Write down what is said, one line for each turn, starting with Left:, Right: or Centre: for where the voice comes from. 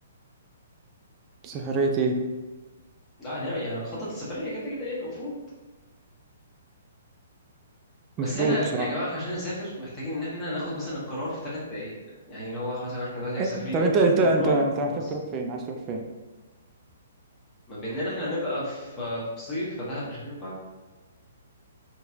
Right: سفرية إيه
Left: لا هنعمل يعني هنخطط السفرية كده كده يعني المفروض بس
Right: المفروض
Left: احنا
Right: بصراحة
Left: يا جماعة عشان نسافر محتاجين إن احنا ناخد مثلا القرار في ثلاث دقايق يعني اللي هو خلاص يا جماعة احنا دلوقتي مسافرين
Right: إيه- طب أنت أنت
Left: بكرة
Right: أنت أنت
Left: خلاص
Right: محتاج تروح فين عايز تروح فين
Left: بما إننا احنا نبقى في في صيف فدهب مش هتنفع